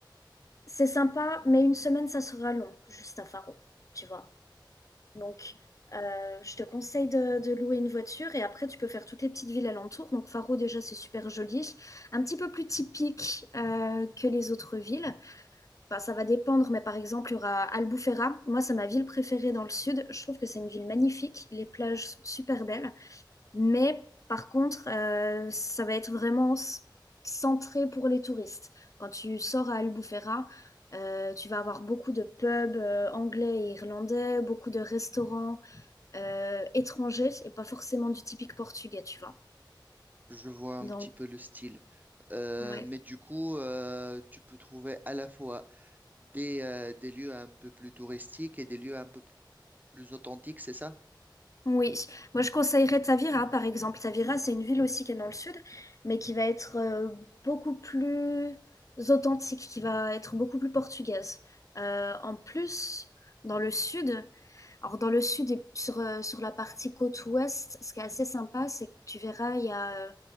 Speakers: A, on the left (about 40°); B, on the right (about 20°).
A: c'est sympa, mais une semaine, ça sera long, juste à Faro, tu vois. Donc, euh, je te conseille de, de louer une voiture et après, tu peux faire toutes les petites villes alentours. Donc, Faro, déjà, c'est super joli. Un petit peu plus typique euh, que les autres villes. Bah ça va dépendre, mais par exemple, il y aura Albufeira. Moi, c'est ma ville préférée dans le sud. Je trouve que c'est une ville magnifique. Les plages sont super belles. Mais par contre, euh, ça va être vraiment s- centré pour les touristes. Quand tu sors à Albufeira, euh, tu vas avoir beaucoup de pubs euh, anglais et irlandais, beaucoup de restaurants euh, étrangers et pas forcément du typique portugais, tu vois.
B: Je vois un
A: Donc,
B: petit peu le style. Euh,
A: ouais.
B: mais du coup, euh, tu peux trouver à la fois des, euh, des lieux un peu plus touristiques et des lieux un peu plus authentiques, c'est ça?
A: Oui, moi je conseillerais Tavira par exemple. Tavira, c'est une ville aussi qui est dans le sud, mais qui va être euh, beaucoup plus authentique, qui va être beaucoup plus portugaise. Euh, en plus, dans le sud, Alors dans le sud et sur, euh, sur la partie côte ouest, ce qui est assez sympa, c'est que tu verras, il y a euh,